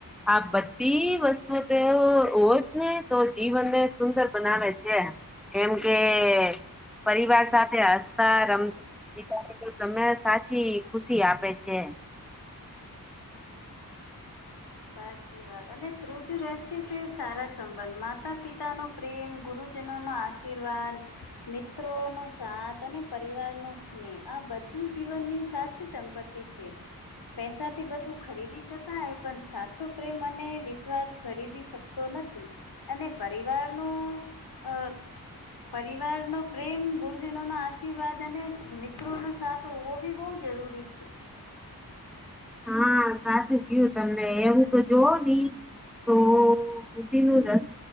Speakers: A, in the centre; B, on the left (about 85°).
A: આ બધી વસ્તુ તે હોત ને તો જીવનને સુંદર બનાવે છે. કેમકે પરિવાર સાથે <unintelligible> તમે સાચી ખુશી આપે છે.
B: સાચી. અને ત્રીજું રહસ્ય છે તે સારા સંબંધ માતા પિતાનો પ્રેમ ગુરુજનો નો આસ શીર્વાદ મિત્રોનો સાથ અને પરિવારનો સ્નેહ આ બ ધુ જીવનની સાસ સંપતિ છે, પૈસાથી બધું ખરીદી શકાય પણ સાચો પ્રેમ અને વિશ્વાદ ખરીદી શકતો નથી અને પરિવારનું અ પરિવારનો પ્રેમ ગુરુજનો નો આશીર્વાદ અને મિત્રોનો સાથ તો હોવો બી બોવ જરૂરી છે.
A: હા સાચું કીયું તમને એવું તો જોવ ને તો ખુદીનું રસ